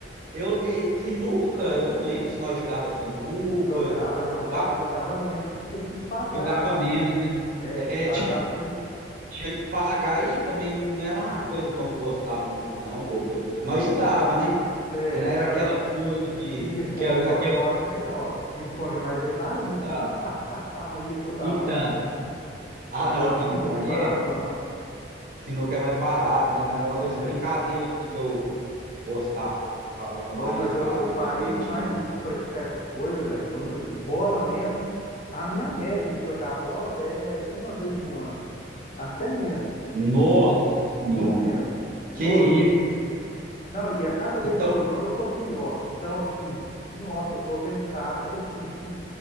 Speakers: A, on the right (about 50°); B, on the left (about 35°).
A: eu, ei, sinuca, eu não lembro se nós jogava sinuca,
B: Jogava, jogava,
A: eu acho
B: mas
A: que
B: jogava menos, porque tinha que pagar,
A: jogava
B: né?
A: menos, né?
B: É,
A: É,
B: tinha que pagar
A: <laughs> tinha
B: a ficha.
A: tinha que pagar aí também não não era uma coisa que eu gostava muito, não, bobo. Eu- nós jogava, né?
B: É,
A: Mas não era
B: não,
A: aquela
B: e,
A: coisa
B: e
A: que,
B: ping-pong
A: aquela,
B: eu,
A: aquele,
B: eu acho melhor. Ping-pong é mais adrenalina,
A: então,
B: você tá, tá, tá, tá ali toda
A: então.
B: hora.
A: Ah,
B: Agora
A: não, ping-pong
B: sinuca é paradão.
A: é, sinuca é mais parado, né? Não era uma das
B: É.
A: brincadeiras assim, que eu gostava. mais
B: Oh, mas eu,
A: fazer
B: eu parei
A: para divertir,
B: demais
A: não.
B: de, de praticar essas coisas, velho. Eu não- Bola mesmo. A minha média de jogar bola é uma vez no ano, até menos,
A: Nossa senhora,
B: muito menos. Não,
A: que isso?
B: Não, e a cada vez
A: Então,
B: que eu jogo eu tô pior. Então, assim, nossa, eu tô vendo cara que, assim, que